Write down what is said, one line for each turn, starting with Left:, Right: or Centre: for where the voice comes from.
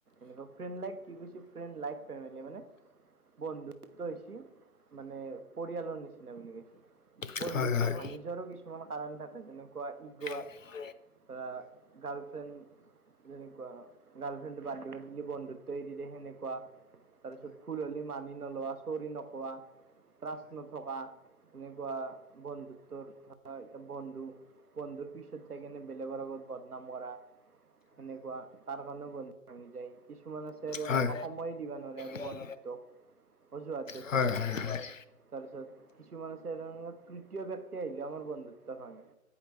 Right: এনেকুৱা ফ্ৰেন লাইক কি কৈছে ফ্ৰেন লাইক ফ্ৰেম মানে বন্ধুত্ব হৈছে মানে পৰিয়ালৰ নিচিনা বুলি কৈছে বন্ধুত্ব
Left: হয় হয় হয় হয়
Right: ভাঙি যোৱাৰো কিছুমান কাৰণ থাকে যেনেকুৱা ইগ'
Left: হয়
Right: বা গাৰ্লফ্ৰেণ্ড যেনেকুৱা গাৰ্লফ্ৰেড বাত দিলে বুলি বন্ধুত্বই দিলে সেনেকুৱা তাৰপিছত ভুল হলে মানি নলোৱা চৰি নকোৱা ত্ৰাছ নথকা এনেকুৱা বন্ধুত্বৰ ধৰ এতিয়া বন্ধু বন্ধুৰ পিছত যাই কেনে বেলেগৰ আগত বদনাম কৰা সেনেকুৱা তাৰ কাৰণেও বন্ধু ভাঙি যায় কিছুমান আছে আৰু এনেকুৱা
Left: হয় হয়
Right: সময় দিবা নোৱাৰে আৰু
Left: হয়
Right: বন্ধু তোক অজোহাত দেখুৱাই
Left: হয় হয় হয়
Right: তাৰপিছত কিছুমান আছে এনেধৰণৰ তৃতীয় ব্যক্তি আহিলে আমাৰ বন্ধুত্বৰ ভাঙে